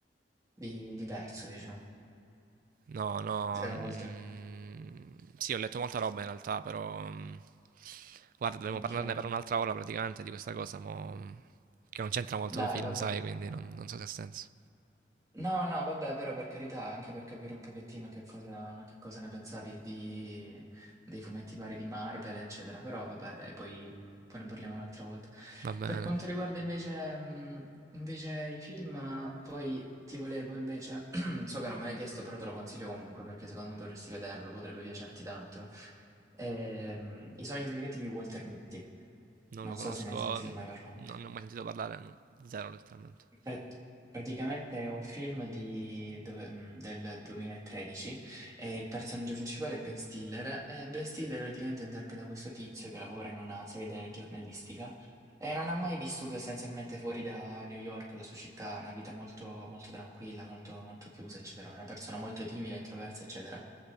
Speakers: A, on the right; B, on the right.
A: di- diverso, diciamo,
B: No, no.
A: Eh,
B: mm,
A: oltre?
B: sì, ho letto molta roba in realtà, però. mm, guarda, dovremmo
A: Ok,
B: parlarne per un'altra ora praticamente di questa cosa, mo, mm, che non c'entra molto con
A: dai,
B: i film,
A: vabbè.
B: sai, quindi non, non so se ha senso.
A: No, no, vabbè, però per carità, anche per capire un pochettino che cosa, che cosa ne pensavi di, dei fumetti vari di Marvel, eccetera. Però vabbè, dai, poi, poi ne parliamo un'altra volta.
B: Va bene.
A: Per quanto riguarda invece, mh, invece i film, poi ti volevo invece, <clears throat> so che non me l'hai chiesto, però te lo consiglio comunque perché secondo me dovresti vederlo, potrebbe piacerti tanto. Ehm, I sogni segreti di Walter Mitty.
B: Non
A: Non
B: lo conosco,
A: so se ne hai sentito
B: mm,
A: mai parlare.
B: non ne ho mai sentito parlare, no, zero letteralmente.
A: Pra- Praticamente è un film di- dove- mh, del 2013 e il personaggio principale è Ben Stiller. E Ben Stiller praticamente interpreta questo tizio che lavora in una sede giornalistica e non ha mai vissuto essenzialmente fuori da New York, la sua città, una vita molto, molto tranquilla, molto, molto chiusa, eccetera. Una persona molto timida, introversa, eccetera.